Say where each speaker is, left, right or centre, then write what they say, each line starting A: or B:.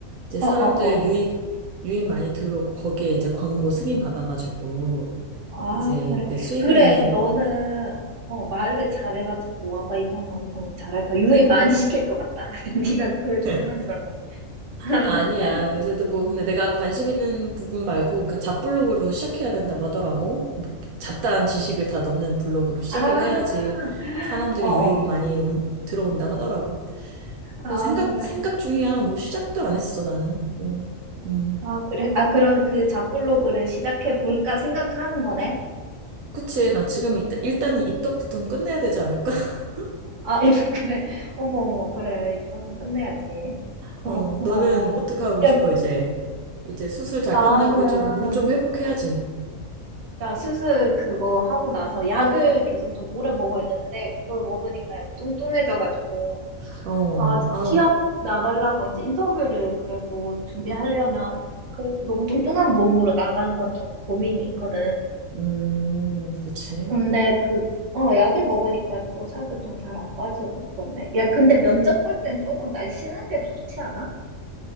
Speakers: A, on the right; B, on the right.
A: 이제
B: 어,
A: 사람들
B: 어, 어.
A: 유입 유입 많이 들어오고 거기에 이제 광고 승인 받아가지고
B: 아,
A: 이제
B: 그래.
A: 그 수익
B: 그래,
A: 내는
B: 너는, 어, 말을 잘해가지고, 와봐, 이거 하면 엄청 잘할 거야. 유입 많이 시킬 것 같다. <laughs> 네가 글
A: <laughs>
B: 쓰는 걸로. <laughs>
A: 아니야. 요새도 뭐, 근데 내가 관심 있는 부분 말고, 그 잡블로그로 시작해야 된다고 하더라고. 뭐 잡다한 지식을 다 넣는 블로그로 시작을
B: 아,
A: 해야지 사람들의
B: 어, 어.
A: 유입이 많이 온, 들어온다 하더라고.
B: 아,
A: 그래서 생각,
B: 그래.
A: 생각 중이야. 뭐 시작도 안 했어, 나는. 뭐, 음.
B: 아, 그래. 아, 그럼 그 잡블로그를 시작해 볼까 생각하는 거네?
A: 그치. 나 지금 일단, 일단은 입덕부터 끝내야 되지 않을까? <laughs>
B: 아, <laughs> 이제 그래. 어머, 어머, 그래. 입덧은 끝내야지. 그렇구나.
A: 어, 너는 어떻게 하고 싶어,
B: 야,
A: 이제? 이제 수술 잘
B: 나는,
A: 끝나고 좀, 몸 좀 회복해야지.
B: 야, 수술 그거 하고 나서 약을 계속 좀 오래 먹어야 되는데, 그걸 먹으니까 약 뚱뚱해져가지고,
A: 어,
B: 아, 이제
A: 아우,
B: 취업 나가려고 이제 인터뷰를 그래도 준비하려면, 그, 너무 뚱뚱한 몸으로 나가는 건 좀 고민이 있거든.
A: 음, 그치.
B: 근데 그, 어, 약을 먹으니까 또 살도 좀 잘 안 빠지고 그렇네. 야, 근데 면접 볼 땐 조금 날씬한 게 좋지 않아?